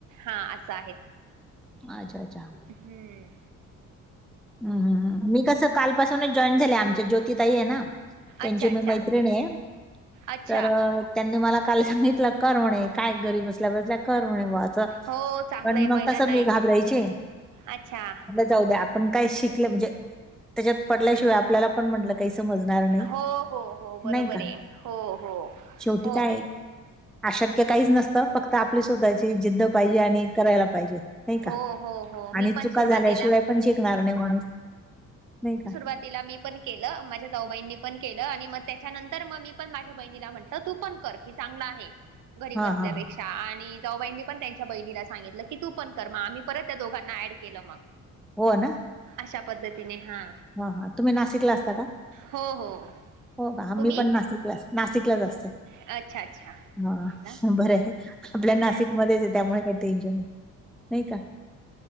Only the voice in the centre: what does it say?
अच्छा अच्छा.
हम ह मी कसं कालपासूनच जॉईन झाले आमच ज्योतिताई आहे ना. त्यांची
मी मैत्रिणी आहे.
तर त्यांनी मला काल सांगितलं कर म्हणे काय घरी बसल्या बसल्या कर म्हणे असं.
पण
मग
तसं मी
घाबरायचे.
जाऊदे आपण शिकल म्हणजे त्याच्यात पडल्याशिवाय आपल्याला पण म्हटलं काही समज. नाही
नाही का
शेवटी
काय? अशक्य काहीच नसतं फक्त आपली स्वतःची. जिद्द पाहिजे आणि करायला पाहिजे नाही
का
आणि
चुका
झाल्याशिवाय टिकणार नाही माणूस नाही का?
हां, हां, हां.
होय ना
हा हा तुम्ही नाशिकला असता का?
हो का?
मी पण नाशिकला नाशिकलाच असते.
हा
बर आहे. आपल्या नाशिकमध्येच
आहे त्यामुळे काही टेन्शन नाही. नाही का?